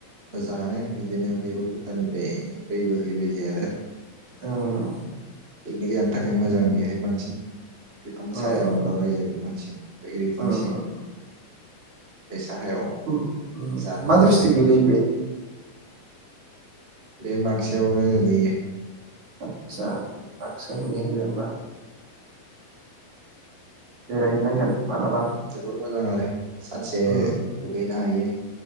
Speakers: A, on the right; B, on the right.
A: मोजाङानो बिदिनो बेबो भुटाननिफ्राय दै बो हैैबोयो आरो।
B: उम
A: पिकनिक थाखाय मोजां बेहाय बांसिन बिफां
B: उम
A: साया
B: उम
A: दंलाबायो बिफां सिं बै बिफां
B: उम
A: सिं
B: उम
A: बे साहायाव
B: उम
A: जा
B: मा
A: मोजां
B: द्रिसथिक
A: जायो
B: गोलैयो बे?
A: बे बाक्सायावनो गोलैयो।
B: आतसा बाक्सायाव गोलैयो होनबा। बेरायहैनांगोन। मालाबा
A: जोबोर मोजां आरो सानसे
B: उम
A: दुगैनो हायो।